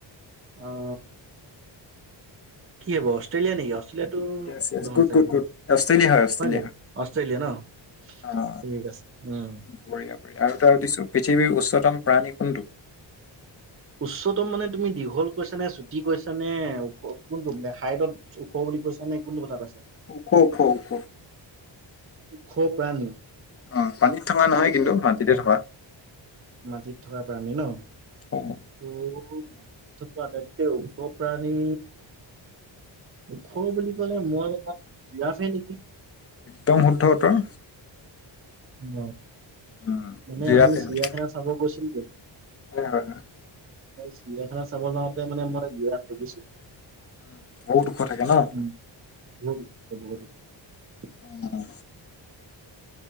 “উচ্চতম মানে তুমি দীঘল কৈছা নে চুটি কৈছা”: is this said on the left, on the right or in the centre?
Right